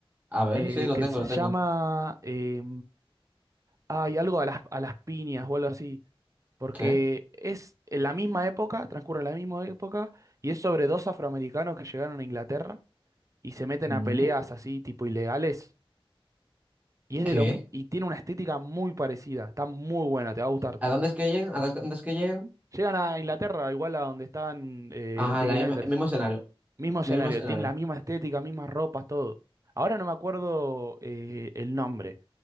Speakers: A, on the right (about 15°); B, on the right (about 35°).
A: A ver,
B: Eh,
A: sí, lo
B: que
A: tengo,
B: se
A: lo
B: llama,
A: tengo.
B: eh, hay algo a las, a las piñas o algo así. Porque
A: ¿Qué?
B: es en la misma época, transcurre la misma época, y es sobre dos afroamericanos que llegaron a Inglaterra y se meten
A: Mm,
B: a peleas así tipo ilegales y es
A: ¿Qué?
B: de los mi- y tiene una estética muy parecida, está muy buena, te va a gustar.
A: ¿A dónde es que llegan? ¿A dónde es que llegan?
B: Llegan a Inglaterra, igual a donde están eh,
A: Ajá,
B: los Peaky
A: la
B: Blinders,
A: misma- mismo escenario,
B: mismo escenario,
A: mismo escenario.
B: tiene la misma estética, mismas ropas, todo. Ahora no me acuerdo eh, el nombre,